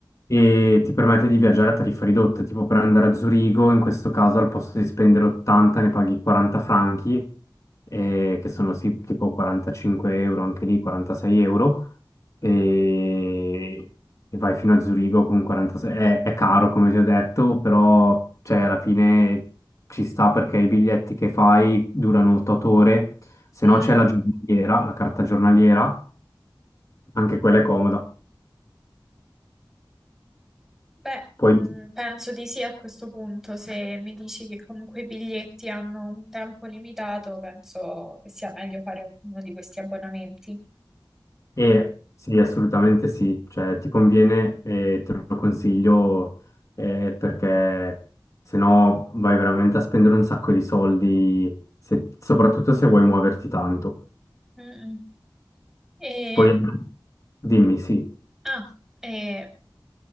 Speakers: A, on the left; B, in the centre.
A: e ti permette di viaggiare a tariffa ridotta, tipo per andare a Zurigo, in questo caso al posto di spendere 80 ne paghi 40 franchi, eh, che sono sì, tipo 45 euro, anche lì 46 euro, e, e vai fino a Zurigo con 46. È, è caro, come ti ho detto, però cioè, alla fine ci sta perché i biglietti che fai durano 8 ore, se
B: Mm.
A: no c'è la giornaliera, la carta giornaliera, anche quella è comoda.
B: Beh,
A: Poi
B: mm, penso di sì a questo punto. Se mi dici che comunque i biglietti hanno un tempo limitato, penso che sia meglio fare un- uno di questi abbonamenti.
A: E sì, assolutamente sì, cioè ti conviene e te lo consiglio eh, perché se no vai veramente a spendere un sacco di soldi, se- soprattutto se vuoi muoverti tanto.
B: Mm-mm. Ehm,
A: Poi dimmi, sì.
B: ah, eh,